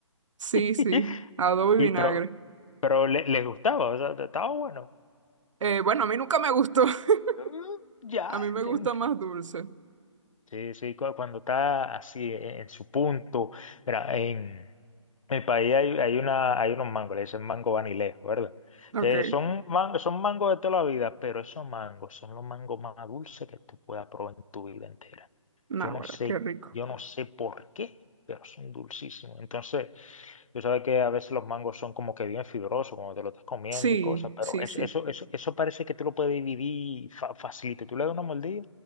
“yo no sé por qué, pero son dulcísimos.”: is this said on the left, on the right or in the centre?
Left